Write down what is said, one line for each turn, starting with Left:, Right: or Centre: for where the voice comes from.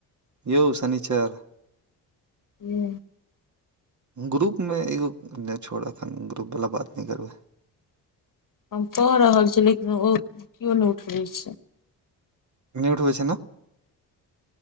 Right: यौ शनिचर
Left: हूँ
Right: ग्रुपमे एगो नहि छोड़त ग्रुपवला बात नहि करबै
Left: हम कहि रहल छीिय लेकिन ओ केओ नहि उठबैत छै
Right: नहि उठबै छै ने